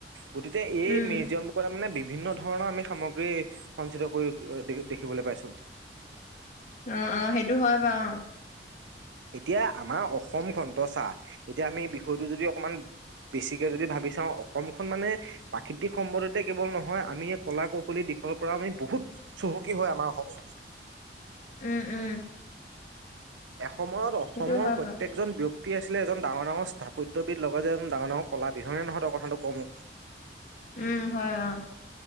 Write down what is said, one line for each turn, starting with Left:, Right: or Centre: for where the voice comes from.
Right: কলাক্ষেত্ৰ
Left: উম
Right: বিভিন্ন ধৰণৰ আমি সামগ্ৰী সঞ্চিত কৰি দেখি‌ দেখিবলৈ পাইছো।
Left: অ অ সেইটো হয় বাৰু
Right: এতিয়া আমাৰ অসম খন ত চা এতিয়া আমি বিষয়টো যদি অকমান বেছিকে যদি ভাবি চাওঁ অসমখন মানে প্ৰাকৃতিক সম্পদতে কেৱল নহয় আমি কলা কৌশলী দি দিশৰ পৰা আমি বহুত চহকী কি হয় আমাৰ অসমখন
Left: উম উম
Right: সময়ত অসমৰ
Left: সেইটো হয়
Right: প্ৰত্যেকজন
Left: বাৰু
Right: ব্যক্তি আছে আছিলে এজন ডাঙৰ-ডাঙৰ স্থাপত্যবিধ লগতে যে এজন ডাঙৰ-ডাঙৰ কলাবিধ হয় নে নহয় ত‌ই কথাটো ক মোক?
Left: উম! হয় অঁ